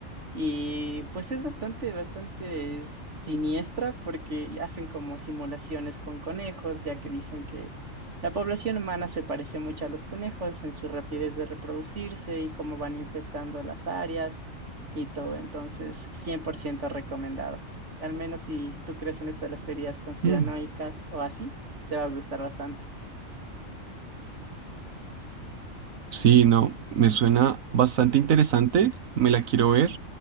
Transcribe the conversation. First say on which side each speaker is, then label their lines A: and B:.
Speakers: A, on the right; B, on the right.
A: y pues es bastante, bastante siniestra porque hacen como simulaciones con conejos, ya que dicen que la población humana se parece mucho a los conejos en su rapidez de reproducirse y cómo van infestando las áreas y todo. Entonces, 100% recomendada. Al menos si tú crees en esto de las teorías conspiranoicas
B: <laughs>
A: o así, te va a gustar bastante.
B: Sí, no, me suena bastante interesante, me la quiero ver.